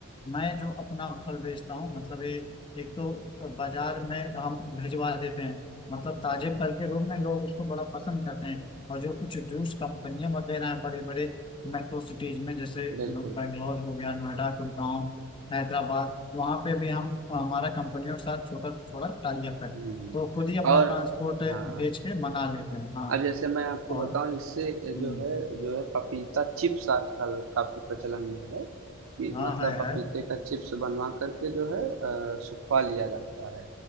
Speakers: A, on the left; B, on the right.
A: मैं जो अपना फल बेचता हूँ मतलब ये एक तो बाजार में हम भिजवा देते हैं मतलब ताजे फल के रूप में लोग उसको बड़ा पसंद करते हैं और जो कुछ जूस कंपनियां वगैरह हैं बड़े बड़े मेट्रो सिटीज में जैसे
B: बिल्कुल
A: बेंगलोर हो गया नोएडा गुड़गांव हैदराबाद वहाँ पे भी हम हमारा कंपनियों के साथ छोटा थोड़ा टाई अप है
B: हम्म
A: तो खुद ही अपना
B: और
A: ट्रांसपोर्ट
B: हाँ
A: भेज के मंगा लेते हैं हाँ
B: अब जैसे मैं आपको
A: और
B: बताऊं इससे
A: हम्म,
B: जो है जो है पपीता चिप्स आजकल काफी प्रचलन में है कि
A: हाँ
B: मतलब
A: है
B: पपीते
A: है
B: का चिप्स बनवा करके जो है अ, सुखवा लिया जाता है